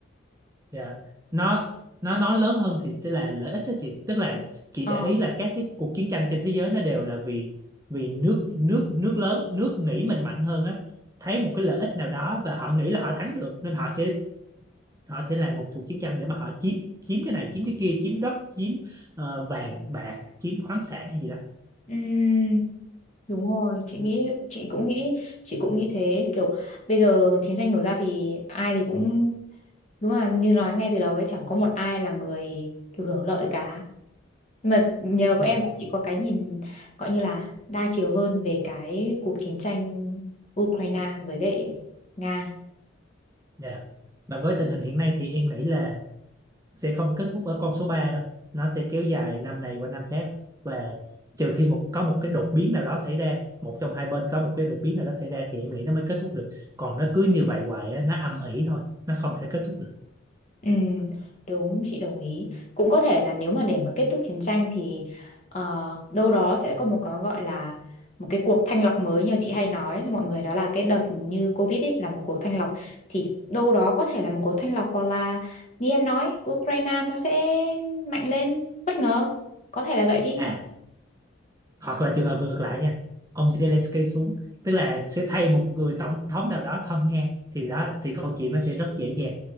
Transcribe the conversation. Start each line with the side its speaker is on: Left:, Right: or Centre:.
Right: Dạ. Nó nó nói lớn hơn thì sẽ là lợi ích đó chị. Tức là chị
Left: Ờ.
Right: để ý là các cái cuộc chiến tranh trên thế giới nó đều là vì vì nước nước nước lớn, nước nghĩ mình mạnh hơn á, thấy một cái lợi ích nào đó và họ nghĩ là họ thắng được nên họ sẽ họ sẽ làm một cuộc chiến tranh để mà họ chiếm chiếm cái này, chiếm cái kia, chiếm đất, chiếm ờ, vàng bạc, chiếm khoáng sản hay gì đó.
Left: ừ, đúng rồi chị nghĩ chị cũng nghĩ chị cũng nghĩ thế kiểu bây giờ chiến tranh nổ ra thì ai thì cũng đúng là như nói ngay từ đầu ấy chẳng có một ai là người được hưởng lợi cả mà nhờ
Right: Dạ.
Left: có em mà chị có cái nhìn gọi như là đa chiều hơn về cái cuộc chiến tranh Ukraine với lại Nga
Right: Dạ. Và với tình hình hiện nay thì em nghĩ là sẽ không kết thúc ở con số 3 đâu nó sẽ kéo dài năm này qua năm khác và trừ khi một có một cái đột biến nào đó xảy ra một trong hai bên có một cái đột biến nào đó xảy ra thì em nghĩ nó mới kết thúc được còn nó cứ như vậy hoài á, nó âm ỉ thôi nó không thể kết thúc được
Left: ừ, đúng chị đồng ý cũng có thể là nếu mà để mà kết thúc chiến tranh thì ờ, đâu đó sẽ có một cái gọi là một cái cuộc thanh lọc mới như chị hay nói là mọi người đó là cái đợt như Covid ấy là một cuộc thanh lọc thì đâu đó có thể là một cuộc thanh lọc hoặc là như em nói Ukraine nó sẽ mạnh lên bất ngờ có thể là vậy đi
Right: à hoặc là trường hợp ngược lại nha ông Zelensky xuống tức là sẽ thay một người tổng thống nào đó thân Nga thì đó thì câu chuyện nó sẽ rất dễ dàng